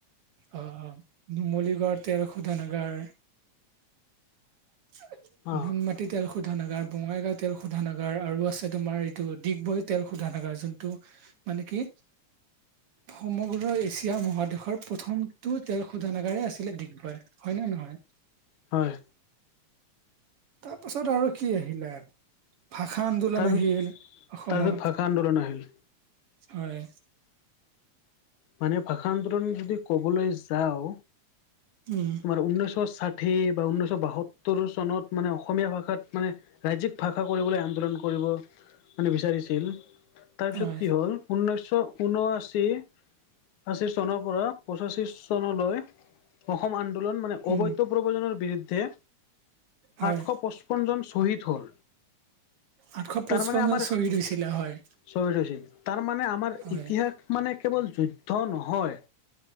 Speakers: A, on the right; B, on the left.
A: অহ নুমলীগড় তেল শোধনাগাৰ <unintelligible>
B: অ
A: নুনমাটি তেল শোধনাগাৰ বঙাইগাঁও তেল শোধনাগাৰ আৰু আছে তোমাৰ এইটো ডিগবৈত তেল শোধানাগাৰ যোনটো মানে কি সমগ্ৰ এছিয়া মহাদেশৰ প্ৰথমটো তেল শোধনাগাৰে আছিলে ডিগবৈত হয় নে নহয়
B: হয়
A: তাৰপাছত আৰু কি আহিলে ভাষা আন্দোলন
B: তাৰপিছ
A: আহিল অসমত
B: তাৰপিছত ভাষা আন্দোলন আহিল
A: হয়
B: মানে ভাষা আন্দোলন যদি ক'বলৈ যাওঁ
A: উম
B: তোমাৰ ঊনৈছশ ষাঠি বা ঊনৈছশ বাসত্তৰ চনত মানে অসমীয়া ভাষাত মানে ৰাজ্যিক ভাষা কৰিবলৈ আন্দোলন কৰিব মানে বিচাৰিছিল তাৰপিছত
A: হয়
B: কি হ'ল ঊনৈছশ ঊনআশী আষী চনৰ পৰা পঁচাষী চনলৈ অসম আন্দোলন মানে
A: উম
B: অবৈধ প্ৰৱজনৰ বিৰুদ্ধে
A: হয়
B: আঠশ পঁস্পনজন শ্বহীদ হ'ল
A: আঠশ পঁস্পনজন
B: তাৰমানে আমাৰ
A: শ্বহীদ হৈছিলে হয়
B: শ্বহীদ হৈছিল তাৰ মানে আমাৰ
A: হয়
B: ইতিহাস মানে কেৱল যুদ্ধ নহয়